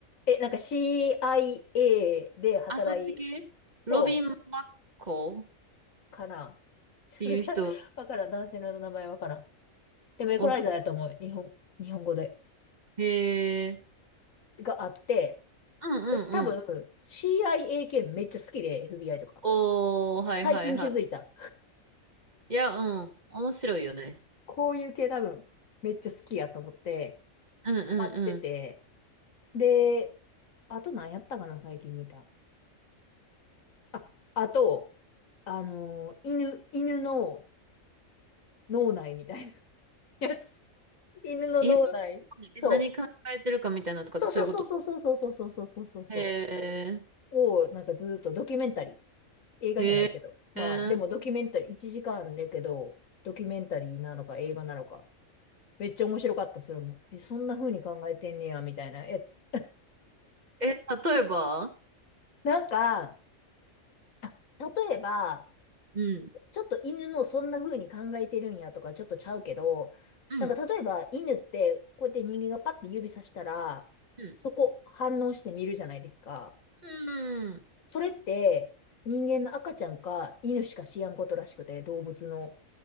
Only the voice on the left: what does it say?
え、なんか CIA で働い、
そう。
かな。<laughs> ちょっとなわからん。
男性の名前わからん。でもエコライザーやと思う。
日本、日本語で。
があって、
私多分 CIA 系めっちゃ好きで、FBI とか。
最近気づいた。
こういう系多分めっちゃ好きやと思って、
待ってて。で、あと何やったかな、最近見た。あ、あと、あのー犬、犬の脳内みたいなやつ。犬の脳内。
そう。
そうそうそうそうそうそうそうそうそうそうそ
う。を、なんかずーっとドキュメンタリー。映画じゃないけど。
まあ、
でもドキュメンタリー、1時間だけど、ドキュメンタリーなのか映画なのか。めっちゃ面白かった、それも。え、そんな風に考えてんねや、みたいなやつ。<laughs>
なんか、あ、例えば、
ちょっと犬のそんな風に考えてるんやとか、ちょっとちゃうけど、
なんか例えば犬って、こうやって人間がパッて指さしたら、
そこ反応して見るじゃないですか。
それって、人間の赤ちゃんか犬しか知らんことらしくて、動物の。